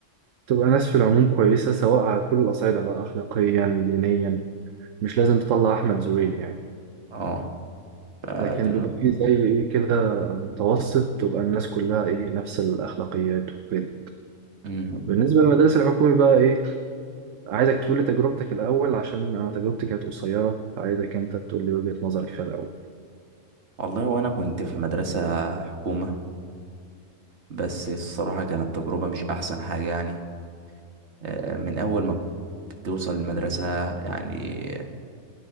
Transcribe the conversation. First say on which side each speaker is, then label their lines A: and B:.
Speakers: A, on the right; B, on the right.
A: تبقى ناس في العموم كويسة سواء على كل الأصعدة بقى أخلاقيا دينيا مش لازم تطلع أحمد زويل يعني
B: اه آه،
A: لكن
B: دول-
A: بيبقى فيه زي إيه كده متوسط تبقى الناس كلها إيه نفس الأخلاقيات وكده
B: مم.
A: بالنسبة للمدارس الحكومي بقى إيه عايزك تقولي تجربتك الأول عشان أنا تجربتي كانت قصيرة فعايزك أنت تقولي وجهة نظرك فيها الأول
B: والله وانا كنت في مدرسة حكومة بس الصراحة كانت تجربة مش احسن حاجة يعني آه، من اول ما بتوصل المدرسة يعني